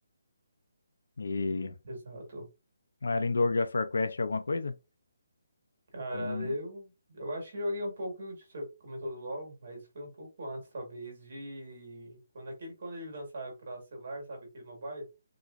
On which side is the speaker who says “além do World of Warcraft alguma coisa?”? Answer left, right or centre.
Left